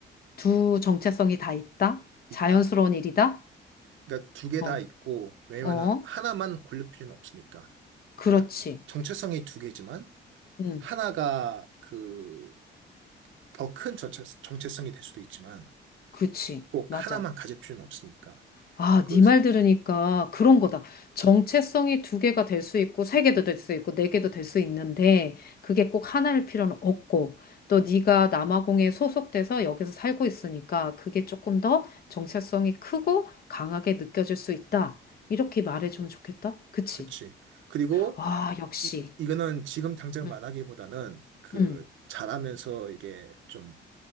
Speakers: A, on the left; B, on the right.
A: 두 정체성이 다 있다.
B: 있다.
A: 자연스러운 일이다.
B: 그러니까 두 개
A: 어,
B: 다 있고 왜냐면은
A: 어,
B: 하나만 고를 필요는 없으니까.
A: 그렇지.
B: 그러니까 정체성이 두 개지만
A: 음,
B: 하나가 그 더 큰 정체, 정체성이 될 수도 있지만
A: 그치.
B: 꼭
A: 맞아.
B: 하나만 가질 필요는 없으니까.
A: 아,
B: 그
A: 네 말 들으니까 그런 거다. 정체성이 두 개가 될 수 있고 세 개도 될 수 있고 네 개도 될 수 있는데 그게 꼭 하나일 필요는 없고 또 네가 남아공에 소속돼서 여기서 살고 있으니까 그게 조금 더 정체성이 크고 강하게 느껴질 수 있다. 이렇게 말해주면 좋겠다. 그치?
B: 그치. 그리고
A: 아, 역시.
B: 이, 이거는 지금 당장
A: 응,
B: 말하기보다는 그
A: 응,
B: 잘하면서 이게 좀